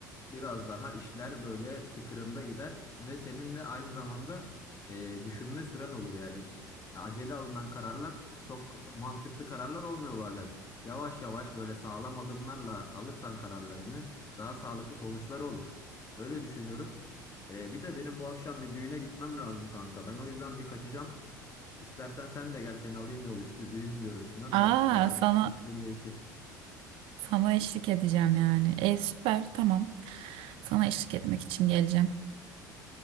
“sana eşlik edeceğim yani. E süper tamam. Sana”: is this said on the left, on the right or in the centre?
Right